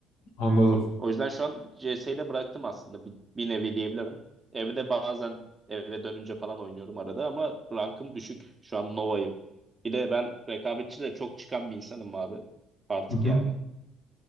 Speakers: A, on the left (about 80°); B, on the right (about 20°).
A: Anladım.
B: O yüzden şu an CS'yi de bıraktım aslında bir, bir nevi diyebilirim. Evde bazen eve dönünce falan oynuyorum arada ama rankım düşük. Şu an Nova'yım. Bir de ben rekabetçi de çok çıkan bir insanım abi. Artık
A: Hı hı.
B: yani.